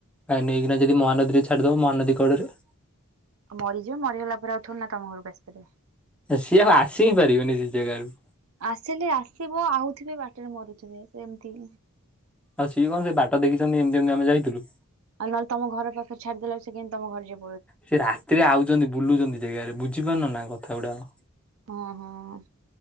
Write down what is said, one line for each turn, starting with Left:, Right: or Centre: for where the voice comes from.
Centre: କାଇଁ ନେଇକିନା ଯଦି ମହାନଦୀରେ ଛାଡିଦବ ମହାନଦୀ କଡରେ।
Right: ଆଉ ମରିଯିବ ମରିଗଲା ପରେ ଆଉ ଥଥିଲୁ ନା ତମ ଘରକୁ ଆସିପାରିବି।
Centre: ସିଏ ଆଉ ଆସି ହିଁ ପାରିବନି ସେ ଜାଗାାରୁ।
Right: ଆସିଲେ ଆସିବ ଆଉଥିବେ ବାଟରେ ମରୁଥିବେ ସେମତି
Centre: ଆଉ ସିଏ କଣ ସେ ବାଟ ଦେଖିଛନ୍ତି ଏମିତି ଏମତି ଆମେ ଯାଇଥିଲୁ।
Right: ଆଉହଲେମ ଘର ପାଖ ଛାଡିଦେବେ ସେ କେି ତମ ଘରେ ଯିବ।
Centre: ସେ ରାତିରେ ଆଉଛନ୍ତି ବୁଲୁଛନ୍ତି ଜାଗାରେ ବୁଝିପାରୁନ ନା କଥା ଗୁଡାକ।
Right: ହଁ ହଁ।